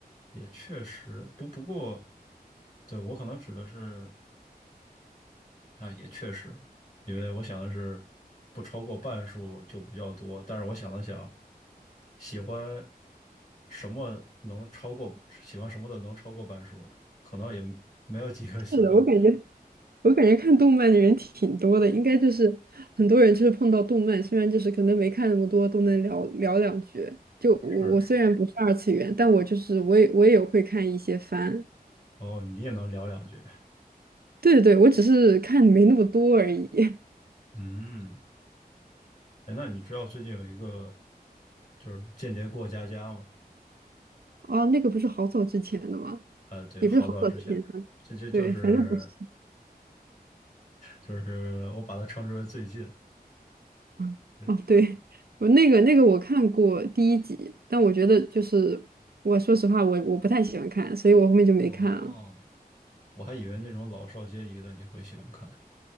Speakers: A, on the left (about 50°); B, on the right (about 75°).
A: 也确实，不不过，对，我可能指的是啊，也确实，因为我想的是不超过半数就比较多，但是我想了想，喜欢什么能超过，喜欢什么的能超过半数呢？可能也没有几个喜欢。
B: 是的，我感觉我感觉看动漫的人挺多的，应该就是很多人就是碰到动漫，虽然就是可能没看那么多，都能聊聊两句。就我我虽然不是二次元，
A: 是，
B: 但我就是我也我也有会看一些番。
A: 哦，你也能聊两句。
B: 对对对，我只是看没那么多而已。<laughs>
A: 嗯，哎，那你知道最近有一个就是间谍过家家吗？
B: 哦，那个不是好早之前的吗？
A: 啊、对，
B: 也不是好早之前的，
A: 好早之前，这就就是
B: 对，反正不是，
A: 就是我把它称之为最近。
B: 啊。
A: 嗯
B: 哦，对，我那个那个我看过第一集，但我觉得就是我说实话，我我不太喜欢看，所以我后面就没看了。
A: 哦，我还以为那种老少皆宜的你会喜欢看。